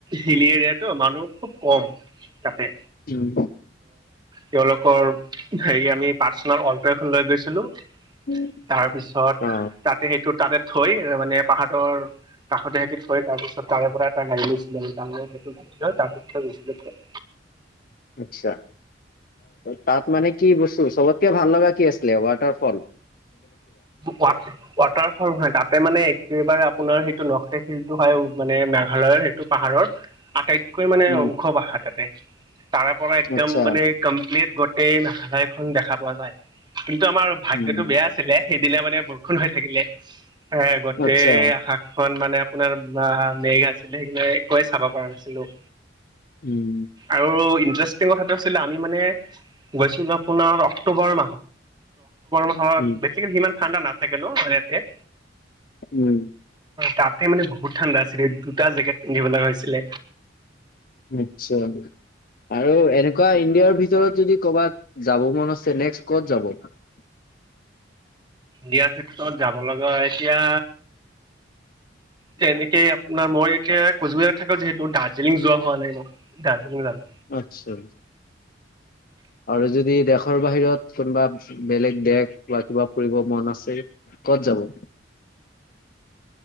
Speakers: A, on the right; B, on the left.
A: হিলি এৰিয়া ত মানুহ খুব কম তাতে
B: উম
A: তেওঁলোকৰ হেৰি আমি পাৰ্চনেল অল্টো এখন লৈ গৈছিলো।
B: উম।
A: তাৰপিছত
B: অ
A: তাতে সেইটো তাতে থৈ মানে পাহাৰৰ কাষতে সেতি থৈ কৰি তাৰ পিছত তাৰে পৰা এটা গাড়ী লৈছিলো আমি তাৰ সেইটো গাড়ী লৈ তাৰ পিছতে গৈছিলো
B: আচ্ছা তাত মানে কি বস্তু চবতকে ভাল লগা কি আছে প্লে ৱাটাৰফল
A: ৱাটাৰ ফল নহয় তাতে মানে এইবাৰ আপোনাৰ সেইটো নক শিলটো হয় মানে মেঘালয়ৰ সেইটো পাহাৰৰ আটাইত কৈ মানে
B: উম
A: ওখ পাহাৰ তাতে তাৰে পৰা একদম
B: আচ্ছা
A: মানে কমপ্লিট গোটেই হাজাইখন দেখা পোৱা যায়। কিন্তু আমাৰ ভাগ্যটো
B: উম
A: বেয়া আছিলে সেইদিনা মানে বৰষুণ হৈ থাকিলে। এ গোটেই
B: আচ্ছা
A: আকাশখন মানে আপোনাৰ বা মেঘ আছিলে সেই একোৱে চাব পৰা নাছিলো
B: উম
A: আৰু ইণ্টাৰেষ্টিং কথাটো আছিলে আমি মানে গৈছিলো আপোনাৰ অক্টোবৰ মাহত
B: উম
A: বেছিকে সিমান ঠাণ্ডা নাথাকে ন মানে তাতে
B: উম
A: তাতে মানে বহুত ঠাণ্ডা আছিলে দুটা জেকেট পিন্ধিব লগা হৈছিলে
B: নিশ্চয় আৰু এনেকুৱা ইণ্ডিয়াৰ ভিতৰত যদি ক'ৰবাত যাব মন আছে নেক্স ক'ত যাব। <unintelligible>
A: দিয়াৰ ক্ষেত্ৰত যাব লগা এতিয়া।
B: <unintelligible>
A: তেনেকে আপোনাৰ মই এতিয়া কোচবিহাৰত থাকো যিহেতু দাৰ্জিলিং যোৱা হোৱা নাই মই দাৰ্জিলিং যাম।
B: আচ্ছা। আৰু যদি দেশৰ বাহিৰত কোনোবা বেলেগ দেশ বা কিবা ফুৰিব মন আছে। ক'ত যাব।